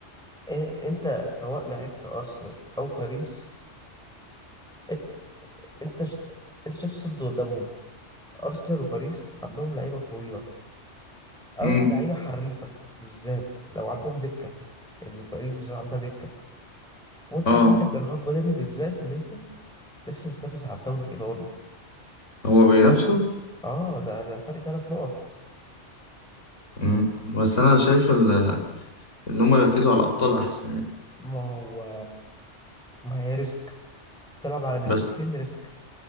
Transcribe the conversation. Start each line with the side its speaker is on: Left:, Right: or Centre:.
Centre: إيه أنت سواء لعبت أرسنال أو باريس إت- أنت شت- أنت شايف الصد قدامهم أرسنال وباريس عندهم لعيبة طويلة أو
Left: مم.
Centre: لعيبة حريفة بالذات لو عندهم دكة يعني باريس بالذات عندها دكة وأنت
Left: اه
Centre: عندك إرهاق بدني بالذات إن أنت لسه بتنافس على الدوري الإيطالي
Left: هو بينافسوا
Centre: اه ده ده فرق ثلاث نقط
Left: مم. بس انا شايف ال- ان هم يركزوا على الابطال احسن يعني
Centre: ما هو ما هي ريسك بتلعب على ناحيتين
Left: بس
Centre: ريسك